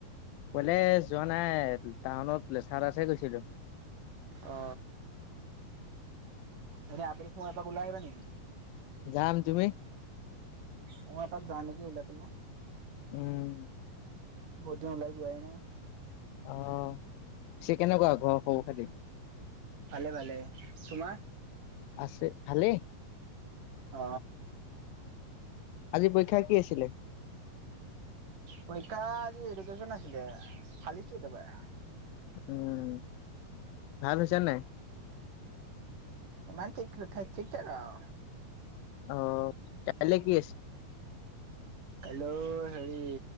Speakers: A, on the left; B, on the right.
A: কলেজ যোৱা নাই, টাউনত লেচা তাতহে গৈছিলো।
B: অ এনে আবেলি সময় এপাক ওলাই আহিবা নি?
A: যাম, তুমি?
B: মৌ এপাক যাওঁ নেকি উওলাই পনে।
A: উম
B: বহুত দিন ওলাই জুৱাইনাই।
A: আহ চে কেনেকুৱা ঘৰ খবৰ খাতি?
B: ভালে ভালে, তোমাৰ?
A: আছে ভালেই।
B: অ
A: আজি পৰীক্ষা কি আছিলে?
B: পৰীক্ষা আজি এডুকেশ্যন আছিলে, ফালিছো একেবাৰে।
A: উম ভাল হৈছে নাই?
B: ইমান ঠিক ঠেক ঠিক ঠেক আও।
A: অহ এতিয়া কালেই কি আছে?
B: কাইলৈ'হেৰি